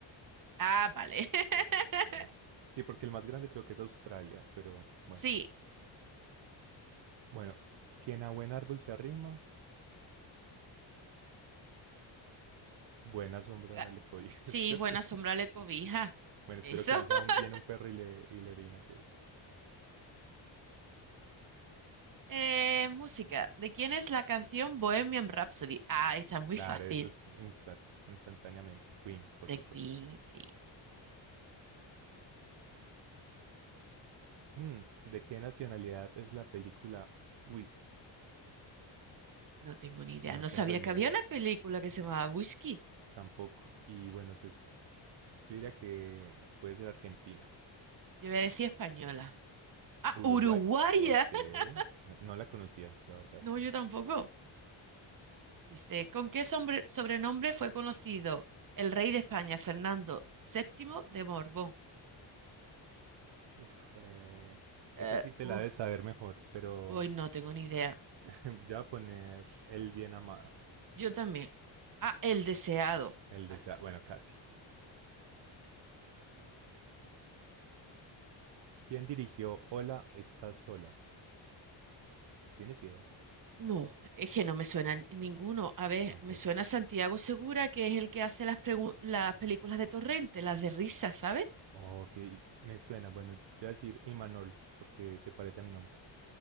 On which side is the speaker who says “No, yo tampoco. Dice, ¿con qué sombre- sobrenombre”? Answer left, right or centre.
Right